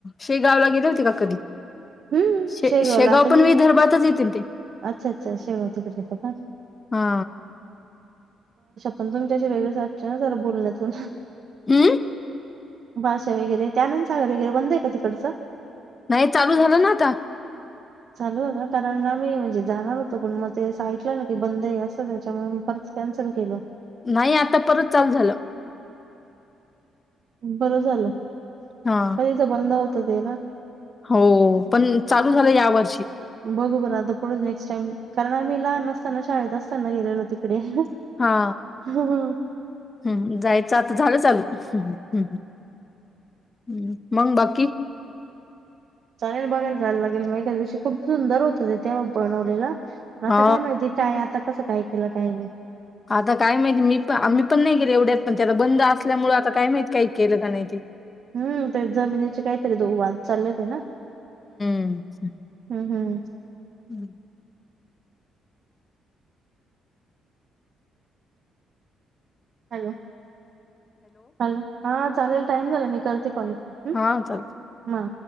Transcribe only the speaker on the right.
हम्म
शेगावला
आता
मी
अच्छा अच्छा शेगाव तिकडे येतं का
पण तुमच्या वेगळेच वाटचे ना सर बोलण्यातून
भाषा वगैरे त्यानंद सागर वगैरे बंद आहे का तिकडचं
चालू झालं कारण आम्ही म्हणजे जाणार होतो पण मग ते सांगितलेलं की बंद आहे असं त्याच्यामुळे परत कॅन्सल केलं
बरं झालं
कधीच बंद होत ते ना
बघू बरं आता पुढं नेक नेक्स्ट टाईम कारण आम्ही लहान असताना शाळेत असताना गेलेलो तिकडे हा
हा
चालेल बघायला जायला लागेल मग एका दिवशी खूप सुंदर होतं ते तेव्हा बनवलेलं मग आता
काय माहिती काय आता कसं काय केलं काय नाही
हम्म ते जमिनीचे काहीतरी दोघ वाद चाललत होते ना
हम्म हम्म
हॅलो हॅलो हा चालेल टाइम झाला मी करते कॉल इकडून हम्म
हा.